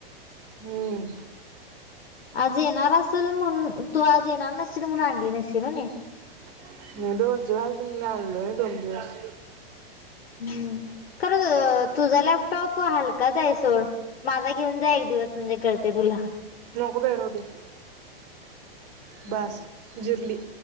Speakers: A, on the right; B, on the left.
A: हम्म.
B: आज येणार असल म्हणुन, तू आज येणार नशील म्हणून आणली नशील व्हय नी?
A: नाय बाई वज्ज व्हालत म्हणुन मी आणलो नाय दोन दिवस.
B: हम्म, खर तुझा लॅपटॉप हलकाच हाय सोड, माझा घेऊन जा एक दिवस म्हणजे कळतंय तुला.
A: नको बाय राहूदे. बास जिरली.